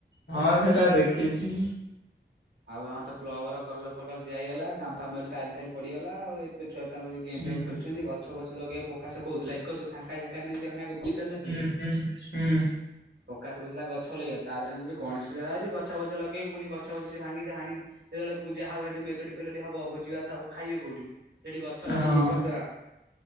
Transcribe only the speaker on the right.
ଆଉ ଆମର ତ କ୍ଲବ ର କଲର ଫଲର ଦିଆ ହେଇଗଲା, କାମଫାମ ଟାଇଲ ଫାଇଲ ପଡିଗଲା, ଆଉ ଏ ଚାନ ଗେମ୍ଫେମ୍
<unintelligible> ଖେଳୁଛନ୍ତି ଗଛ ଫଛ ଲଗେଇକୁ ପ୍ରକାଶ କହୁଥିଲା ଏକର ଯୋଉ ଫାଙ୍କା ଜାଗା ନାଇ। ଆମେ ଆ ଭୁଲ ଖେଳ <unintelligible> ନଥିଲେ
ପ୍ରକାଶ କହୁଥିଲା ଗଛ ଛଲଗା ତାପରେ ଆେ କିଲ ଗଣେଶୂଜା ଅଛିଛ ଲଗେଇବ ପୁଣି ଗଛବଛ <unintelligible> ସେ ଭାଙ୍ଗିବେ, ହାଣିବେ, ଯେତେବେଳେ ପୂଜା ହବ, ଏଠି ମେଲୋଡି ଫେଲୋଡି ହବ, ଭୋଜି ଭାତ ହବ, ଖାଇବେ କୋଉଠି? ସେଠି ଗଛ
ଲଗେଇ ଇଏ କରିଦେବା